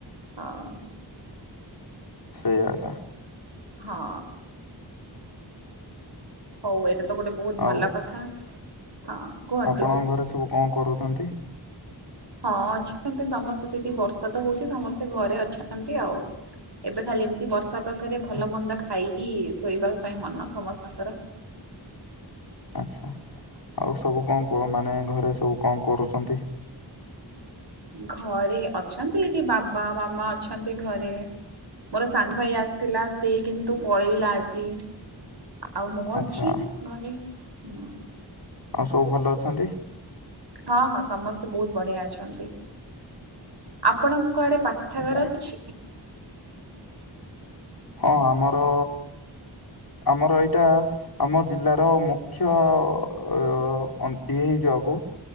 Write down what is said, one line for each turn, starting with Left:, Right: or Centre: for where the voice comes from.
Right: ହଁ।
Left: ସେଇ ଆଞା।
Right: ହଁ। ହଉ ଏଇଟା ତ ଗୋଟେ ବହୁତ ଭଲ
Left: ଆଉ
Right: କଥା ହଁ। କୁହନ୍ତୁ।
Left: ଆପଣଙ୍କ ଘରେ ସବୁ କଣ କରୁଛନ୍ତି?
Right: ହଁ ଅଛନ୍ତି ସମସ୍ତେ ସେଠି ବର୍ଷା ତ ହଉଛି ସମସ୍ତେ ଘରେ ଅଛନ୍ତି ଆଉ। ଏବେ ଖାଲି ଏମିତି ବର୍ଷା ପାଖରେ ଭଲ
Left: ଆଚ୍ଛା
Right: ମନ୍ଦ ଖାଇକି ଶୋଇବା ପାଇଁ ମନ ସମସ୍ତଙ୍କର।
Left: ଆଛା। ଆଉ ସବୁ କଣ କ ମାନେ ଘରେ ସବୁ କଣ କରୁଛନ୍ତି?
Right: ଘରେ ଅଛନ୍ତି ଏଠି ବାବା ମାମା ଅଛନ୍ତି ଘରେ। ମୋର ସାନ ଭାଇ ଆସିଥିଲା ସେ କିନ୍ତୁ ପଳେଇଲା ଆଜି, ଆଉ ମୁଁ ଅଛି
Left: ଆଚ୍ଛା
Right: ଘରେ ମୁଁ
Left: ଆଉ ସବୁ ଭଲ ଅଛନ୍ତି?
Right: ହଁ ହଁ ସମସ୍ତେ ବହୁତ ବଢିଆ ଅଛନ୍ତି। ଆପଣ କୁଆଡେ ପାଠାଗାରା
Left: ଆଜ୍ଞା
Right: ଅଛି?
Left: ହଁ ଆମର ଆମର ଏଇଟା ଆମ ଜିଲ୍ଲାର ମୁଖ୍ୟ ଅ ଅ ଅନ୍ତି ହେଇ ଯିବାକୁ